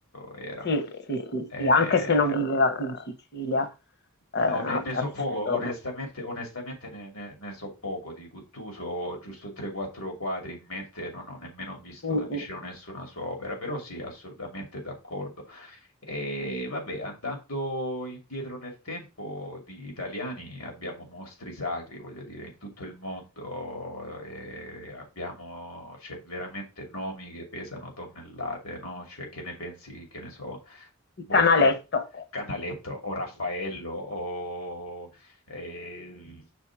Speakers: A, on the left; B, on the left.
A: eh, era.
B: Sì, sì, sì,
A: Eh,
B: sì, anche se non viveva più in Sicilia, eh,
A: No,
B: ha,
A: ne, ne
B: ha
A: so
B: vissuto
A: poco, onestamente, onestamente ne, ne- ne so poco di Guttuso, ho giusto 3-4 quadri in mente, non ho nemmeno visto
B: un-
A: da vicino
B: un-
A: nessuna sua opera, però sì, assolutamente d'accordo. E vabbè, andando indietro nel tempo, di italiani abbiamo mostri sacri, voglio dire, in tutto il mondo, eh, abbiamo, c'è veramente nomi che pesano tonnellate, no? Cioè, che ne pensi, che ne so,
B: il
A: boh,
B: canaletto
A: Canaletto o Raffaello o eh,